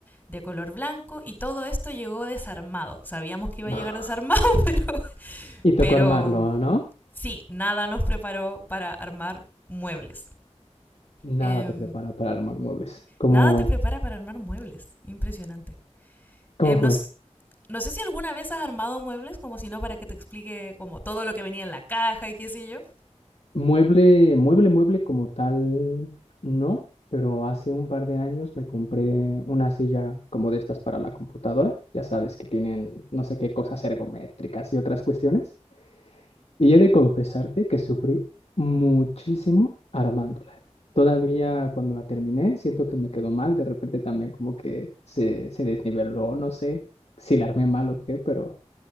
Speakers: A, on the left; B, on the left.
A: de color blanco y todo esto llegó desarmado. Sabíamos que iba
B: <laughs>
A: a llegar desarmado, <laughs> pero,
B: Y tocó
A: pero
B: armarlo, ¿no?
A: sí, nada nos preparó para armar muebles. Eh,
B: Nada te prepara para armar muebles. ¿Cómo,
A: nada te prepara para armar muebles. Impresionante.
B: cómo
A: Eh, nos,
B: fue?
A: no sé si alguna vez has armado muebles, como si no, para que te explique como todo lo que venía en la caja y qué sé yo.
B: Mueble, mueble, mueble como tal, no, pero hace un par de años me compré una silla como de estas para la computadora. Ya sabes que tienen no sé qué cosas ergométricas y otras cuestiones. Y he de confesarte que sufrí muchísimo armándola. Todavía cuando la terminé, siento que me quedó mal. De repente también como que se, se desniveló, no sé si la armé mal o qué, pero,